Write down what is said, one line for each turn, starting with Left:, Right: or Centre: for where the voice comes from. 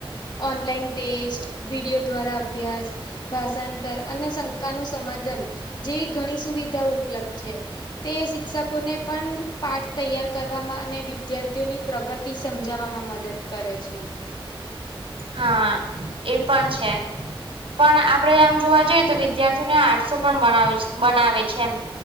Left: ઓનલાઈન ટેસ્ટ, વિડીયો દ્વારા અભ્યાસ.... ભાષાંતર અને સંકાનું સમાધાન જેવી ઘણી સુવિધાઓ ઉપલબ્ધ છે. તે શિક્ષકોને પણ પાઠ તૈયાર કરવામાં અને વિદ્યાર્થીઓની પ્રગતિ સમજાવામાં મદદ કરે છે.
Right: હા, એ પણ છે. પણ આપડે આમ જોવા જઈએ તો, વિદ્યાર્થીઓને આળસુ પણ બણાવે બનાવે છે એમ.